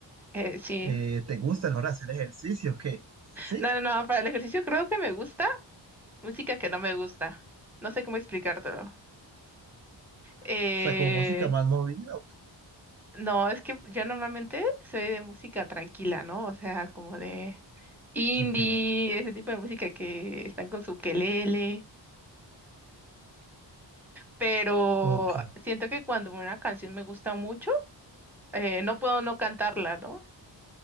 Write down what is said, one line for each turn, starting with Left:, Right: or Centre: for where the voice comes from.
Centre: Eh, sí,
Right: eh, te gusta a la hora de hacer ejercicio, ¿qué? ¿Sí?
Centre: no, no, no, para el ejercicio creo que me gusta música que no me gusta. No sé cómo explicártelo. Eh,
Right: O sea, como música más movida.
Centre: no, es que yo normalmente soy de música tranquila, ¿no? O sea, como de indie,
Right: Ok,
Centre: ese tipo de música que están con su quelele. Pero
Right: ok,
Centre: siento que cuando una canción me gusta mucho, eh, no puedo no cantarla, ¿no?